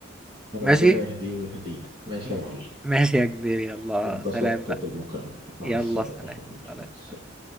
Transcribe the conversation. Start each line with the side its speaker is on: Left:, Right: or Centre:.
Right: ربنا
Centre: ماشي
Right: يهديه ويهدينا ماشي
Centre: م-
Right: يا معلم
Centre: ماشي يا كبير يلا
Right: اتبسطت
Centre: سلام بقى
Right: بالمكالمة مع
Centre: يلا
Right: السلامة
Centre: سلام
Right: يا حبيبي
Centre: سلام
Right: مع السلامة
Centre: سلام